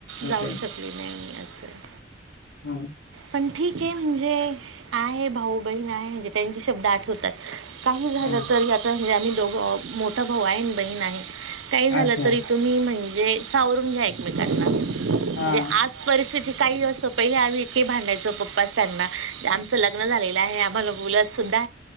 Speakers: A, on the left (about 80°); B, on the right (about 80°).
A: असं
B: जाऊ
A: आहे
B: शकली नाहीे ममी असं
A: म्हणून
B: पण ठीक आहे म्हणजे भाऊ बण आहे म्हणे त्यां शब् आठवतात काही झालंे
A: हां
B: आ. दोघ मोठा भाऊ आहे बहीण आहे काही झालं
A: अच्छा
B: तरी तुम्ही म्हण. सावरून घ्यामेकांना म्हणजे
A: हां
B: आज परिथि काही वर्स पहिले आम्ही इथे भांडायचो पप्पा सांना आमचं लग्न झालेलं आहे आम्हाला मुलत सुद्धा